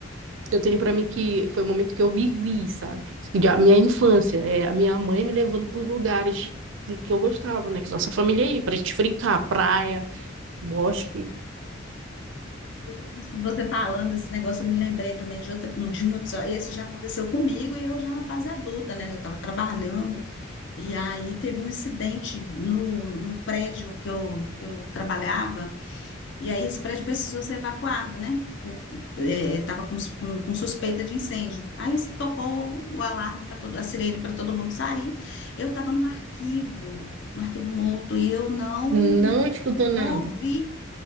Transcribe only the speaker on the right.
eu tenho para mim que foi o momento que eu vivi, sabe? De- A minha infância, é, a minha mãe me levando para os lugares que, que eu gostava, né? Que nossa família ia, pra gente brincar, praia, bosque.
Não escutou
nada.